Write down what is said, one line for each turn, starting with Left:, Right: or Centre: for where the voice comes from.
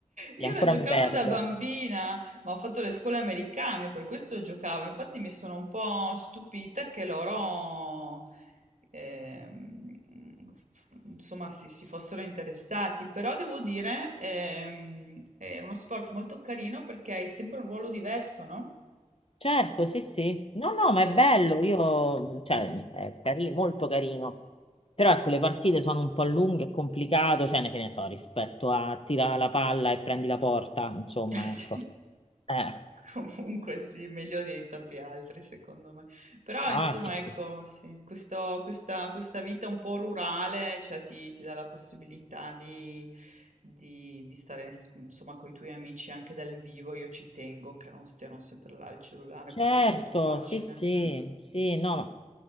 Left: e
Right: io
Left: ancora
Right: lo giocavo
Left: mi perdo.
Right: da bambina, ma ho fatto le scuole americane, per questo lo giocavo. Infatti mi sono un po' stupita che loro, ehm, f- f- insomma, si, si fossero interessati. Però devo dire, ehm, è uno sport molto carino perché hai sempre un ruolo diverso, no?
Left: Certo, sì, sì. No,
Right: Eh,
Left: no, ma
Right: Cioè,
Left: è bello, io, cioè, è carino, molto carino. Però ecco, le partite sono un po' lunghe, è complicato, cioè, ne che ne so, rispetto a tira la palla e prendi la porta, insomma,
Right: <laughs> Sì.
Left: ecco. Eh,
Right: Comunque sì, meglio di tanti altri secondo me. Però
Left: ah,
Right: insomma
Left: sì.
Right: ecco,
Left: sì.
Right: sì, questo- questa, questa vita un po' rurale cioè, ti, ti dà la possibilità di, di- di stare insomma con i tuoi amici anche dal vivo. Io ci tengo che non stiano sempre là al cellulare
Left: Certo,
Right: perché è molto facile.
Left: sì, sì,
Right: Mm.
Left: sì, no, ma-